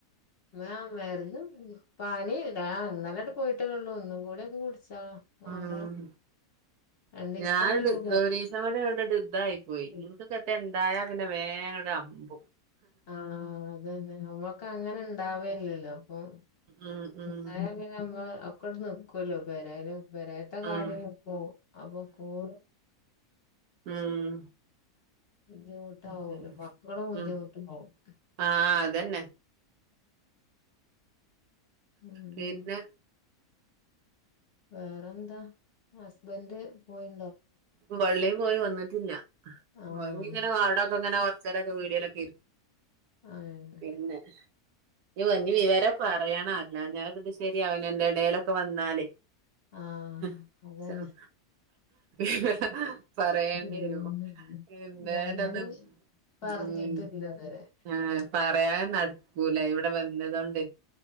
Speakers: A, on the left; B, on the right.
A: ആ മരുന്നും പനി ആ ഇന്നലട് പോയിട്ടല്ലേള്ളൂ. ഇന്നും കൂടിക്കെ കുട്ച്ച് ആഹ് മാറ
B: ഉം
A: രണ്ടീസ്ത്തിന്ള്ള
B: ഞാനിത് ഒരീസം കൊണ്ട് ഇങ്ങട്ട് ഇതായി പോയി ഇൻക്കൊക്കെറ്റെ
A: <unintelligible>
B: ഇണ്ടായാ പിന്നെ വേങ്ങട്ട് അമ്പും
A: ആഹ് അതന്നെ അമ്മക്ക് അങ്ങനെ ഇണ്ടാവേല്ലല്ലോ. ഉം
B: ഉം ഉം
A: ഇണ്ടായ പിന്നെ അമ്മളെ അക്കോട് നിക്കുവല്ലോ പേരേല് പെരേത്തെ കാര്യാണ്
B: ഉം
A: ഇപ്പോ അപ്പൊ കൂൺ
B: ഉം
A: ബുദ്ധിമുട്ടാവൊല്ലോ
B: ഉം
A: മക്കളും ബുദ്ധിമുട്ടി
B: ഉം
A: നോക്ക്.
B: ആഹ് അതന്നെ
A: ഉം
B: പിന്നെ
A: ഉം. വേറെന്താ ഹസ്ബൻ്റ് പോയി
B: പള്ളി പോയി വന്നിട്ടില്ല.
A: ആഹ്
B: അയ്ങ്ങനെ ആടെക്കെങ്ങനെ ചെലൊക്കെ വീ ഡ്യാേലൊക്കെ
A: ആഹ്
B: ഇരിന്ന് ഈ വംഗി വിവരം പറയണം അല്ലാഞ്ഞാ ഇത് സെരിയാവില്ല അന്റെടേലൊക്കെൻ്റെ വന്നാല്
A: ആഹ്
B: <unintelligible>
A: അതന്നെ
B: ചല് ഹിഹി പറയേണ്ട്യേരും
A: ഉം.
B: ഇന്നേനെ
A: ഞാന്
B: ന്ന്
A: പറഞ്ഞിട്ടില്ലതുവരെ
B: ഉം ആഹ് പറയാൻ നട്ക്കൂല ഇവ്ടെ വന്നതോണ്ട്